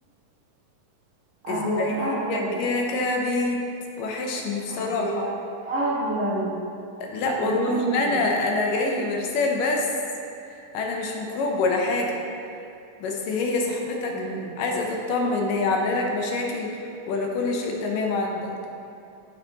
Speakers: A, on the right; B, on the left.
A: اهلا
B: ازيك
A: اهلا
B: يا كبد وحشني بصراحة
A: اهلا اهلا
B: لا
A: مم.
B: والله ما انا انا جاي مرسال بس انا مش ميكروب ولا حاجة بس هي صاحبتك
A: مم.
B: عايزة تطمن ان هي عاملة لك مشاكل ولا كل شيء تمام عندك